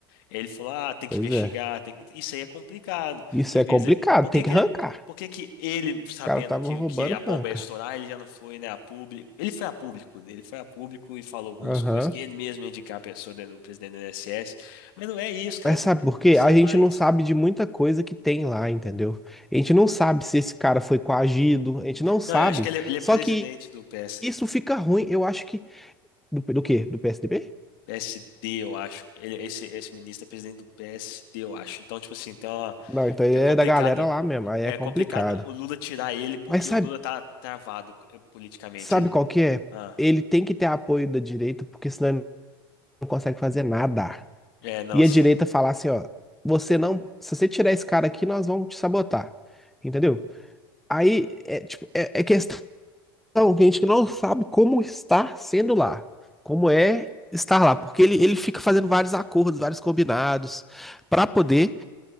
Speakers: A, on the left; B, in the centre.
A: Ele falou, ah, tem
B: Pois
A: que investigar,
B: é.
A: tem que-" isso aí é complicado.
B: Isso
A: Em
B: é
A: vez
B: complicado,
A: de, por
B: tem
A: que
B: que
A: que
B: arrancar.
A: ele, por que que ele, sabendo
B: O cara tava
A: que,
B: roubando,
A: que a bomba
B: arranca.
A: ia estourar, ele já não foi, né, a público? Ele foi a público, ele foi a público e falou algumas
B: Aham.
A: coisas que ele mesmo ia indicar a pessoa, né, o presidente do I N S S Mas não é isso, cara,
B: Mas
A: tem,
B: sabe
A: que-
B: por
A: tem
B: quê?
A: que ser
B: A
A: mais.
B: gente não sabe de muita coisa que tem lá, entendeu? A gente não sabe se esse cara foi coagido, a gente não sabe.
A: Não, eu acho que ele, ele é
B: Só
A: presidente
B: que
A: do P PS.
B: isso fica ruim, eu acho que. Do, do quê? Do PSDB?
A: PSD, eu acho. Ele- esse, esse ministro é presidente do PSD, eu acho. Então, tipo assim, então uma,
B: Não, então ele
A: é
B: é
A: complicado,
B: da galera lá mesmo, aí
A: É
B: é complicado.
A: complicado o Lula tirar ele porque
B: Mas sabe,
A: o Lula tá travado eh, politicamente.
B: sabe
A: Ele-
B: qual que é?
A: ah,
B: Ele tem que ter apoio da direita, porque senão ele não consegue fazer nada.
A: é, não,
B: E
A: sim,
B: a direita falar assim, ó, você não, se você tirar esse cara aqui, nós vamos te sabotar. Entendeu? Aí
A: sim.
B: é tipo, é, é questão que a gente não sabe como estar sendo lá, como é estar lá, porque ele, ele fica fazendo vários acordos, vários combinados, para poder